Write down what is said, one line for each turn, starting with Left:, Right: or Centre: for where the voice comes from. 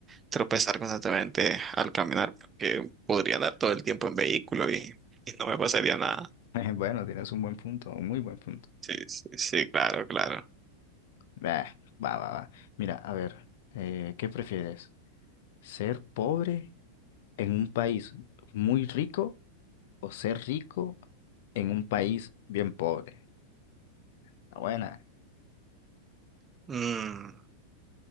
Right: tropezar constantemente al caminar, porque podría dar todo el tiempo en vehículo y, y no me pasaría nada.
Left: <laughs> Bueno, tienes un buen punto, un muy buen punto.
Right: Sí, sí, sí, claro, claro.
Left: Bah, va, va, va. Mira, a ver, eh, ¿qué prefieres? ¿Ser pobre en un país muy rico o ser rico en un país bien pobre? Está Buena,
Right: Mm.